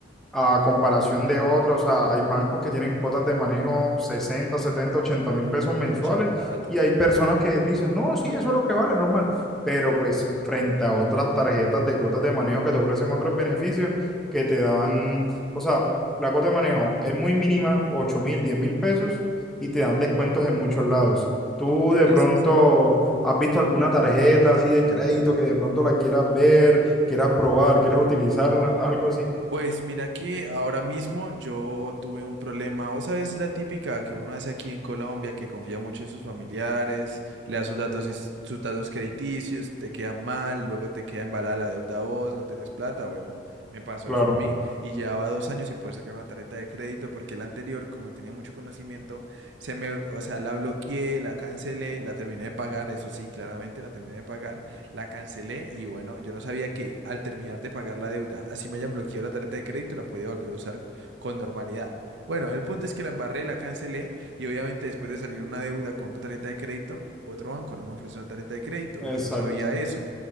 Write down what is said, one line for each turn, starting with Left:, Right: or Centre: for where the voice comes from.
Centre: a comparación de otras, o sea, hay bancos que tienen cuotas de manejo sesenta, setenta, ochenta mil pesos
Right: Uh,
Centre: mensuales
Right: mucha plata.
Centre: y hay personas que dicen, no, sí, eso es lo que vale, normal, pero pues frente a otras tarjetas de cuotas de manejo que te ofrecen otros beneficios que te dan, o sea, la cuota de manejo es muy mínima, ocho mil, diez mil pesos y te dan descuentos en muchos lados. ¿Tú
Right: Sí,
Centre: de pronto
Right: sí, sí.
Centre: has visto alguna tarjeta así de crédito que de pronto la quieras ver, quieras probar, quieras utilizarla, algo así?
Right: Pues mira que ahora mismo yo tuve un problema, vos sabes, la típica que uno hace aquí en Colombia, que confía mucho en sus familiares, le da sus datos, y s- sus datos crediticios, te queda mal, luego te queda embalada la deuda a vos, no tenés plata, bueno, me pasó
Centre: Claro,
Right: eso a mí y llevaba dos años sin poder sacar una tarjeta de crédito porque la anterior, como tenía mucho conocimiento, se me, o sea, la bloqueé, la cancelé, la terminé de pagar, eso sí, claramente la terminé de pagar la cancelé y bueno, yo no sabía que al terminar de pagar la deuda, así me hayan bloqueado la tarjeta de crédito, la podía volver a usar con normalidad. Bueno, el punto es que la embarré, la cancelé y obviamente después de salir una deuda con una tarjeta de crédito, otro banco no me ofreció una tarjeta de crédito
Centre: exacto.
Right: y yo no sabía eso.